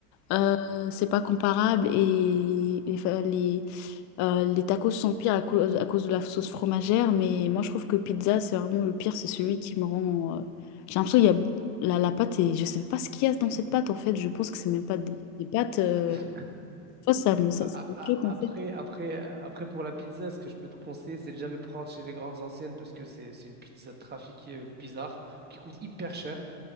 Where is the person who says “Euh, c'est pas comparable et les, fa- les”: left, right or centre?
Left